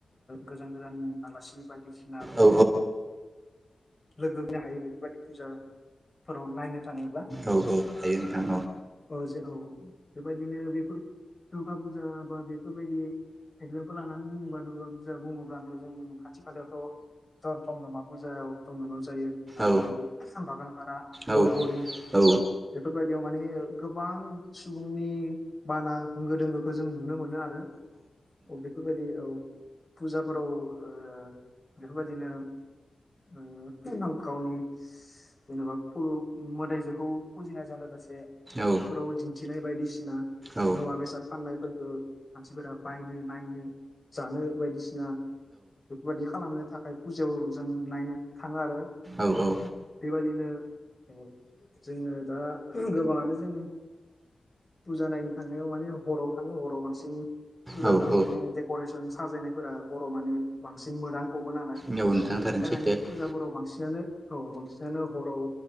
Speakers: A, on the left; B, on the right.
A: गोजान गोजाननि आलासि बायदिसिना
B: औ
A: लोगो हो हायो बेफोरबायदि फिउसारफोराव नायनो थाङोब्ला
B: औ औ हायो
A: औ जे औ बेबायदिनो बेफोर दुर्गा फुजा बा बेफोरबायदि एक्जामपोल लानानै बुङोबा दुर्गा फुजा बुङोब्लानो जोंनि खाथि खालायावथ' धरधम मा फुजायाव <unintelligible> जायो आरो
B: औ
A: बेखौ थांफागोन बारा बर
B: औ
A: बरि
B: औ
A: बेफोरबायदियाव माने गोबां सुबुंनि बाना होंगो दोंगोखौ जों नुनो मोनो आरो औ बेफोरबायदि औ फुजाफोराव ओ बेफोरबायदिनो ओम गावनि जेनेबा खल' मोदाइजोखौ फुजिनायजों लोगोसे
B: औ
A: बेफोराव दिन थिनाय बायदिसिना
B: औ
A: मुवा बेसाद फाननायफोरखौ मानसिफोरा बायनो नायनो जानो बायदिसिना <unintelligible> खालामनो थाखाय फुजायाव जों नायनो थाङो आरो
B: औ औ
A: बेबायदिनो ओ जोङो दा गोबाङानो जों फुजा नायनो थांनायाव माने हराव थाङो हराव बांसिन फुजा
B: औ औ
A: माने देक'रेस जों साजायनायफोरा गरमानो बांसिन मोदान फबो नालाय
B: नोंथां थारैनो
A: बेनि थाखायनो
B: सैथो
A: फुजाफोराव बांसिनानो औ बांसिनानो हराव